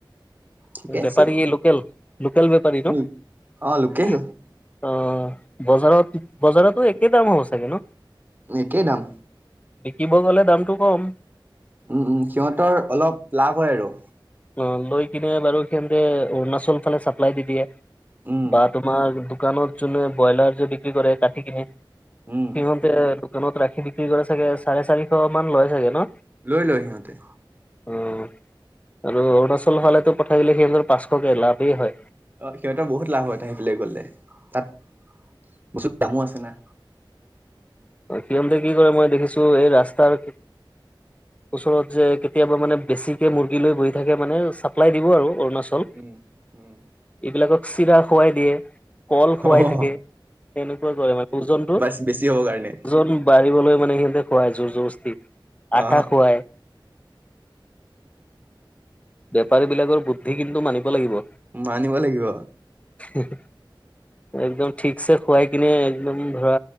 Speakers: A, on the right; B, on the left.
A: ঠিকে
B: বেপাৰী
A: আছে।
B: লোকেল লোকেল বেপাৰী ন।
A: উম, অ', লোকেল
B: অঁ! বজাৰত বজাৰতো একেই দাম হ'ব চাগে ন।
A: একেই দাম।
B: বিকিব গ'লে দামটো কম।
A: উমঁ! উমঁ! সিহঁতৰ অলপ লাভ হয় আৰু
B: অঁ লৈ কিনে বাৰু সিহঁতে অৰুণাচল ফালে চাপ্লাই দি দিয়ে।
A: উম,
B: বা তোমাৰ দোকানত যোনে ব্ৰইলাৰ যে বিক্ৰী কৰে কাটি কিনে সিহঁত
A: উম,
B: এই দোকানত ৰাখি বিক্ৰী কৰে চাগে চাৰে চাৰিশ মান লয় চাগে ন।
A: লৈ লয় সিহঁতে।
B: অঁ! আৰু অৰুণাচল ফালেতো পঠাই গ'লে সিহঁতৰ পাঁচশকে লাভেই হয়।
A: অ সিহঁতৰ বহুত লাভ হয় তা সেইফালে গলে তাত বস্তু দামো আছে না
B: সিহঁতে কি কৰে মই দেখিছো এই ৰাস্তাৰ ওচৰত যে কেতিয়াবা মানে বেছিকে মুৰ্গী লৈ বহি থাকে মানে চাপ্লাই দিব আৰু অৰুণাচল
A: উম উম
B: এইবিলাকক চিৰা খুৱাই দিয়ে, কল খুৱাই
A: অ'।
B: থাকে সেনেকুৱা কৰে মানে ওজনটো
A: বেছি হ'ব কাৰণে
B: ওজন বাঢ়িবলে মানে সিহতে খুৱাই জোৰ জবস্তি আটা
A: অ
B: খুৱায় বেপাৰী বিলাকৰ বুদ্ধি কিন্তু মানিব লাগিব
A: মানিব লাগিব
B: সি সি একদম ঠিকছে খুৱাই কিনি একদম ধৰা